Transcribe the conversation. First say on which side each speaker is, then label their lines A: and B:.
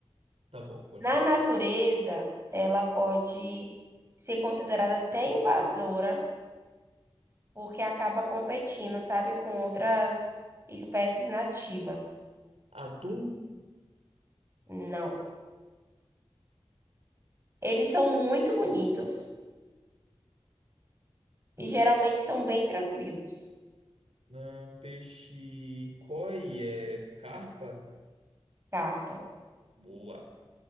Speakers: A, on the right; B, on the right.
A: Tá bom, continua.
B: Na natureza, ela pode ser considerada até invasora, porque acaba competindo, sabe, com outras espécies nativas.
A: Atum,
B: Não. Eles são muito bonitos e geralmente são bem tranquilos.
A: ah, peixe koi, é carpa.
B: Carpa.
A: Boa.